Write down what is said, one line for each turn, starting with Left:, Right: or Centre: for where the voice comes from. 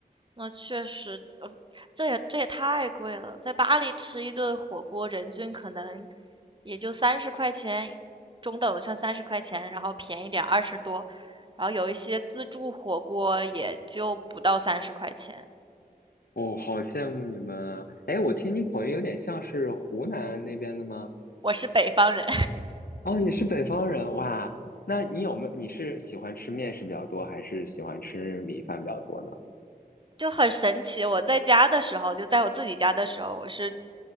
Right: 那确实，呃这也这也太贵了。在巴黎吃一顿火锅，人均可能也就三十块钱，中等的像三十块钱，然后便宜点二十多，然后有一些自助火锅也就不到三十块钱。
Left: 哦，好羡慕你们啊！哎，我听你口音有点像是湖南那边的吗？
Right: 我是北方人。
Left: 哦，你是北方人哇？那你有没有，你是喜欢吃面食比较多，还是喜欢吃米饭比较多呢？
Right: 就很神奇。我在家的时候，就在我自己家的时候，我是